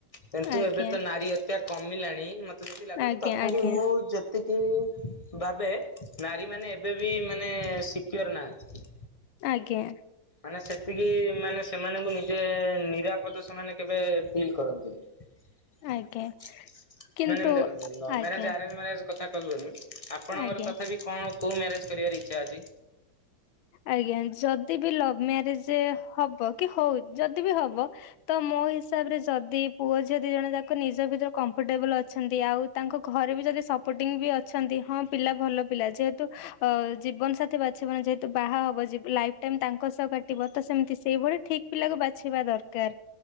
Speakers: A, on the left; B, on the left.
A: କିନ୍ତୁ
B: ଆଜ୍ଞା
A: ଏବେ ତ ନାରୀ ହତ୍ୟା କମିଲାଣି ମ ଯେମିତି ଲାଗୁଚି
B: ଆଜ୍ଞା
A: ତଥାପି
B: ଆଜ୍ଞା
A: ମୁଁ ଜେ ସେତିକି ଭାବେ ନାରୀମାନେ ଏବେ ବି ମାନେ ସିକ୍ୟୋର ନାହାନ୍ତି।
B: ଆଜ୍ଞା।
A: ମାନେ ସେତିକି ମାନେ ସେମାନଙ୍କୁ ନିଜେ ନିରାପଦ ସେମାନେ କେବେ ଫିଲ୍ କରନ୍ତି। ମାନେମ୍
B: ଆଜ୍ଞା। କିନ୍ତୁ
A: ଦେଖନ୍ତୁ
B: ଆଜ୍ଞା
A: ମ୍ୟାରେଜ ଆରେଞ୍ଜ ମ୍ୟାରେଜ କଥା ଆପଣଙ୍କର
B: ଆଜ୍ଞା
A: ତଥାପି କଣ କୋଉ ମ୍ୟାରେଜ କରିବାରେ ଇଚ୍ଛା ଅଛି?
B: ଆଜ୍ଞା ଯଦି ବି ଲଭ ମ୍ୟାରେଜ ହବ କି ହଉ ଯଦି ବି ହବ ତ ମୋ ହିସାବ ରେ ଯଦି ପୁଅ ଝିଅ ଦି ଜଣେ ଯାକ ନିଜ ଭିତରେ କମ୍ଫର୍ଟେବଲ ଅଛନ୍ତି ଆଉ ତାଙ୍କ ଘରେ ବି ଯଦି ସପୋର୍ଟିଂ ବି ଅଛନ୍ତି ହଁ ପିଲା ଭଲ ପିଲା ଯେହେତୁ ଅ ଜୀବନ ସାଥୀ ବା ବାଛିବା ଯେହେତୁ ବାହା ହବ ଯ ଲାଇଫ ଟାଇମ ତାଙ୍କ ସହ କଟିବ ତ ସେମିତି ସେଇଭଳି ଠିକ ପିଲାକୁ ବାଛିବା ଦର କାର।